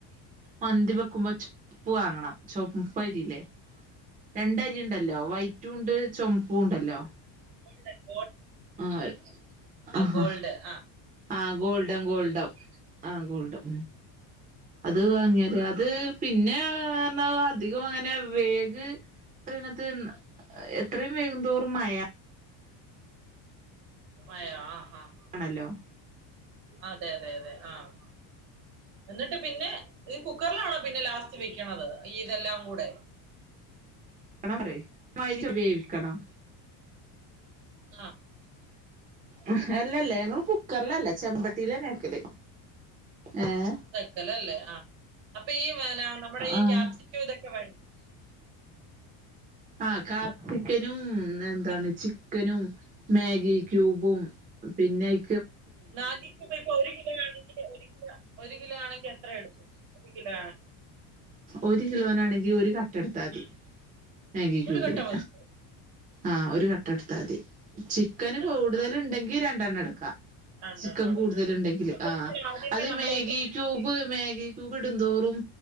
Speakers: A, on the right (about 15°); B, on the right (about 70°).
A: മന്തി വെക്കുമ്പോ ചുവപ്പ് വാങ്ങണം ചുവപ്പരില്ലേ രണ്ടരി ഉണ്ടല്ലോ വൈറ്റും ഉണ്ട് ചുമപ്പും ഉണ്ടല്ലോ
B: ഉണ്ട്
A: ആഹ് ആഹ്ഹ
B: ഗോൾഡ് ആഹ്
A: ആഹ് ഗോൾഡം ഗോൾഡം ആഹ് ഗോൾഡം അത് വാങ്ങിയാല് അത് പിന്നെ അഅ് പറഞാൽഅധികം അങ്ങനെ വേവ് റിണത്എത്രയും വേവുന്തോറും മയാ
B: മയോ ആഹ് ആഹ് ആഹ്
A: ആണല്ലോ
B: അതെ അതെ അതെ ആഹ് എന്നിട്ട് പിന്നെ ഈ കുക്കറിലാണോ പിന്നെ ലാസ്റ്റ് വെക്കണത് ഈ ഇതെല്ലാം കൂടെ
A: <unintelligible> വേവിക്കണം
B: ആഹ്
A: ഉം അല്ലല്ലേ ഞങ്ങള്ൾ കുക്കറിലല്ല ചെമ്പട്ടിയില വെക്കല് ഏഹ്
B: വെക്കലല്ലേ ആഹ് അപ്പൊ ഈ നമ്മുടെ ഈ കാക്യാപ്സക്യൂ
A: ആഹ്
B: ഇതൊക്കെ വേണം
A: ആഹ് കാപ്സിക്കനും പിന്നെന്താണ്
B: ചിക്കൻ
A: ചിക് ചിക്കനും, മാഗി ക്യൂബും പിന്നയ്
B: നാഗിക്ക് പേക്ക് ഒരു കിലോ ആണെങ്കില് ഒരു കില ഒരു കിലോ ആണെങ്കി എത്ര എടുക്കും ഒര് കിലാണ്
A: ഒരു കിലോനാണെങ്കി ഒരു കട്ടട്ത്താതി മാഗി ക്യൂബിന്.
B: ഒരു കട്ട മതി
A: ആഹ് ഒരു കട്ടട് അതെ ചിക്കന്
B: ആ നല്ല
A: കൂടുതല്ണ്ടെങ്കി
B: ആ
A: രണ്ടെണ്ണം ട്ക്ക
B: രണ്ടെണ്ണം
A: ചിക്കൻ
B: എടുക്കുക
A: കൂടുതല്ണ്ടെങ്കില്
B: അപ്പൊ
A: ആഹ്
B: നമ്മൾ ആദ്യമേ
A: അത്
B: നമ്മുടെ
A: മാഗി
B: ഇത്
A: ക്യൂബ് മാഗി ക്യൂബ് ഇട്ന്തോറും